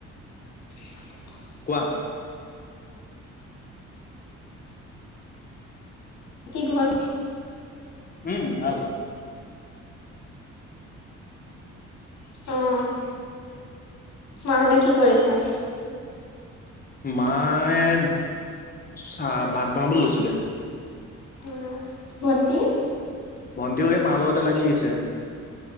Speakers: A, on the left; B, on the left.
A: <unintelligible>
B: কোৱা
A: কি ঘত-
B: উম' ভাল।
A: অঁহ। মাহঁতে কি কৰিছে?
B: মায়ে চা ভাত বনাবলৈ লৈছিলে।
A: অঁ ভন্তি।
B: ভন্টিও হেই মাৰ লগতে লাগি আহিছে।